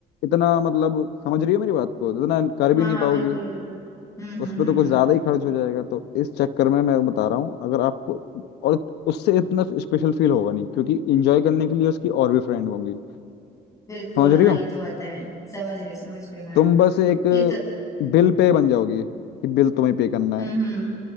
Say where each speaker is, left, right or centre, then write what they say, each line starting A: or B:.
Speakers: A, on the left; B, on the left.
A: इतना मतलब समझ रही हो मेरी बात को इतना कर भी
B: हाँ
A: नहीं
B: हाँ
A: पाओगी
B: बिल्कुल बिल्कुल हम्म
A: उस
B: हम्म
A: पे
B: हम्म
A: तो कुछ
B: हम्म
A: ज्यादा ही खर्च हो जाएगा तो इस चक्कर में मैं बता रहा हूँ अगर आपको और उससे इतना स्पेशल फील होगा नहीं क्योंकि एंजॉय करने के लिए उसकी और भी फ्रेंड होंगी
B: बिल्कुल
A: समझ
B: हाँ
A: रही हो
B: ये तो आता है समझ रही समझ रही हूँ मैं
A: तुम बस एक
B: ये तो
A: बिल पे बन जाओगी कि बिल तुम्हें पे करना
B: हम्म
A: है
B: हम्म